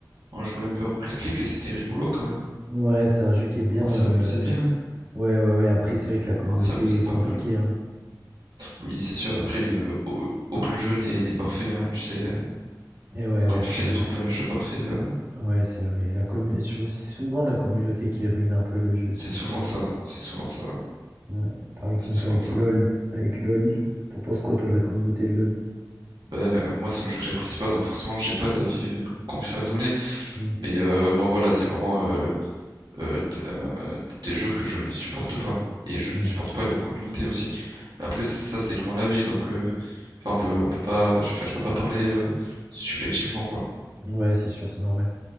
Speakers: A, on the right; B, on the right.
A: qu'on jouait un peu à Rocket League et c'était rigolo quand même.
B: Ouais, c'est un jeu qui est bien.
A: On
B: euh,
A: s'est amusé bien, hein.
B: Ouais, ouais, ouais. Après, c'est vrai que la communauté
A: on s'est amusé
B: est
A: pas
B: compliquée,
A: mal.
B: hein.
A: Oui, c'est sûr, après, euh, au- aucun jeu n'est n'est parfait, hein, tu sais. euh,
B: Et ouais,
A: C'est
B: ouais,
A: compliqué
B: c'est vrai.
A: de trouver un jeu parfait. euh,
B: Ouais, c'est vrai. La commu sou c'est souvent la communauté qui ruine un peu le jeu,
A: C'est
B: ce
A: souvent
B: je trouve.
A: ça, c'est souvent ça, ouais,
B: Ouais. Par exemple
A: C'est souvent
B: avec
A: ça.
B: LOL, avec LOL, t'en penses quoi toi de la communauté de LOL?
A: Ben, euh, moi, c'est un jeu que j'apprécie pas, donc forcément, j'ai pas d'avis euh, concret à donner.
B: Mmh,
A: Mais euh, moi, voilà, c'est vraiment euh, euh, d- euh, des jeux que je ne supporte pas. Et je
B: mmh.
A: ne supporte
B: Ouais,
A: pas la communauté aussi. Mais après, ça, c'est que mon avis, donc... euh, Enfin, on peut, on peut pas, enfin, je peux pas parler euh, subjectivement, quoi.
B: Ouais, c'est sûr, c'est normal.